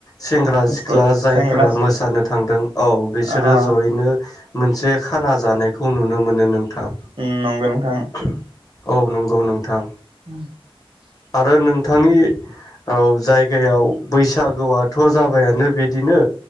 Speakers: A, on the left; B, on the right.
A: सेंग्रा
B: ओ
A: सिख्ला जायफोरा
B: सेंग्रा सिख्ला
A: मोसानो थांदों औ बिसोरो
B: अ
A: जयैनो मोनसे खाना जानाय खौ नुनो मोनो नोंथां।
B: उम नंगौ नोंथां
A: औ नंगौ नोंथां।
B: <inaudible>
A: आरो नोंथांनि औ जायगायाव बैसागुआथ' जाबायानो बि बिदिनो